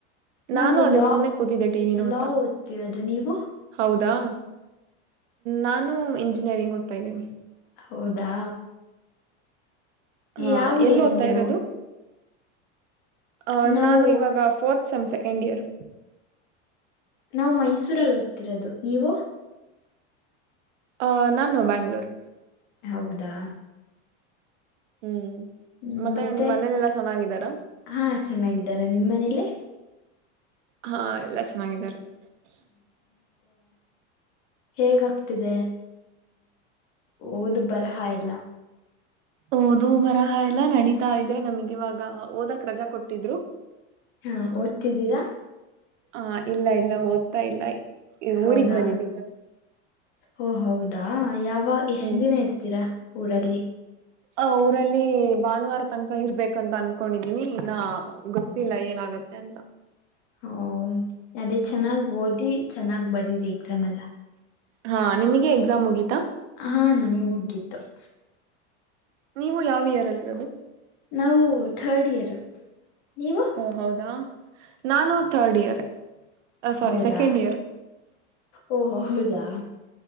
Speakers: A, on the left; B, on the right.
A: ನಾವು
B: ನಾನು ಅದೇ
A: ಲಾ
B: ಸುಮ್ನೆ ಕೂತಿದ್ದೆ ಟಿ ವಿ ನೋಡ್ತಾ
A: ಲಾ ಓದ್ತಿರೋದು ನೀವು
B: ಹೌದು ಾ ನಾನು ಇಂಜಿನಿಯರಿಂಗ್ ಓದ್ತಾ ಇದ್ದೀನಿ
A: ಹೌದಾ
B: ಹಾ
A: ಯಾವ ಇಯರ್
B: ಎಲ್ಲಿ ಓದ್ತಾ
A: ನೀವು
B: ಇರೋದು ಆ
A: ನಾವು
B: ನಾನು ಇವಾಗ ಫೋರ್ತ್ ಸಮ್ ಸೆಕೆಂಡ್ ಇಯರ್
A: ನಾವು ಮೈಸೂರಲ್ಲಿ ಓದ್ತಿರೋದು ನೀವು
B: ಆ ನಾನು ಬ್ಯಾಂಗ್ಳೂರು
A: ಹೌದಾ
B: ಹ್ಮ್
A: ಹ್ಮ್ ಮತ್ತೆ
B: ನಿಮ್ ಮನೇಲೆಲ್ಲ ಚೆನ್ನಾಗಿದ್ದಾರಾ
A: ಹಾ ಚೆನ್ನಾಗಿದ್ದಾರೆ ನಿಮ್ಮ್ ಮನೇಲಿ
B: ಹಾ ಎಲ್ಲಾ ಚೆನ್ನಾಗಿದ್ದಾರೆ
A: ಹೇಗ ಆಗ್ತಿದೆ ಓದು ಬರಹ ಎಲ್ಲ
B: ಓದು ಬರಹ ಎಲ್ಲಾ ನಡೀತಾ ಇದೆ ನಮ್ಗೆ ಇವಾಗ ಓದಕ್ ರಜಾ ಕೊಟ್ಟಿದ್ರು
A: ಹಾ ಓದ್ತಿದ್ದೀರಾ
B: ಹಾ ಇಲ್ಲ ಇಲ್ಲ ಓದ್ತಾ ಇಲ್ಲ
A: ಹೌದಾ
B: ಊರಿಗ್ ಬಂದಿದ್ದೀನಿ
A: ಓ ಹೌದು ಹದಾ ಯಾವ ಎಷ್ಟ
B: ಹ್ಮ್
A: ದಿನ ಇರ್ತೀರಾ ಊರಲ್ಲಿ
B: ಆ ಊರಲ್ಲಿ ಭಾನುವಾರ ತನಕ ಇರ್ಬೇಕಂತ ಅನ್ಕೊಂಡಿದೀನಿ ನಾ ಗೊತ್ತಿಲ್ಲ ಏನ ಆಗತ್ತೆ ಅಂತ
A: ಹ ಅದೇ ಚೆನ್ನಾಗ್ ಓದಿ ಚೆನ್ನಾಗ್ ಬರೀರಿ ಎಕ್ಸಾಮ್ ಎಲ್ಲ
B: ಹಾ ನಿಮಗೆ ಎಕ್ಸಾಮ್ ಮುಗೀಿತಾ
A: ಹಾ ನಮಗ್ ಹೋಗಿತ್ತು <unintelligible>
B: ನೀವು ಯಾವ ಇಯೆರ್ ಅಲ್ಲಿ ಇರೋದು
A: ನಾವು ಥರ್ಡ್ ಇಯರ್ ನೀವು
B: ಓ ಹೌದಾ ನಾನು ಥರ್ಡ್ ಇಯರ್ ಅ ಸೋರಿ
A: ಹೌದಾ
B: ಸೆಕೆಂಡ್ ಇಯರ್ <unintelligible>
A: ಓ ಹೌದಾ